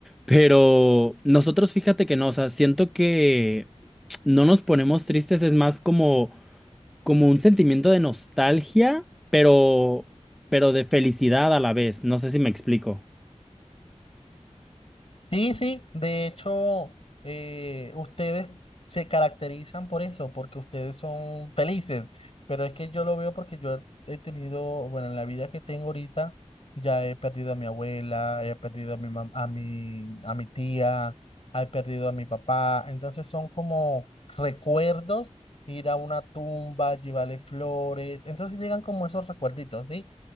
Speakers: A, in the centre; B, on the left.
A: pero nosotros fíjate que no, o sea, siento que... no nos ponemos tristes, es más como, como un sentimiento de nostalgia, pero, pero de felicidad a la vez. No sé si me explico.
B: Sí, sí, de hecho, eh, ustedes se caracterizan por eso, porque ustedes son felices, pero es que yo lo veo porque yo he tenido, bueno, en la vida que tengo ahorita, ya he perdido a mi abuela, he perdido a mi mam- a mi, a mi tía, he perdido a mi papá, entonces son como recuerdos, ir a una tumba, llevarle flores, entonces llegan como esos recuerditos, ¿sí?